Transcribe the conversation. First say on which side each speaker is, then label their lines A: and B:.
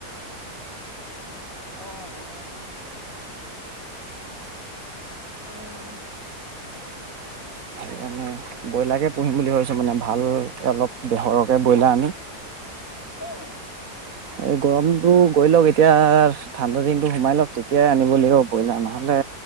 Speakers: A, on the left; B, on the right.
A: অ', অ', অহ
B: সেইকাৰণে বইলাৰকে পুহিম বুলি ভাবিছো মানে ভালকে অলপ সৰহকে বইলাৰ আনি
A: অহ
B: এই গৰমটো গৈ ধৰি লওক এতিয়া ঠাণ্ডা দিনটো সোমাই লওক তেতিয়াই আনিব লাগিব ব্ৰইলাৰ নহলে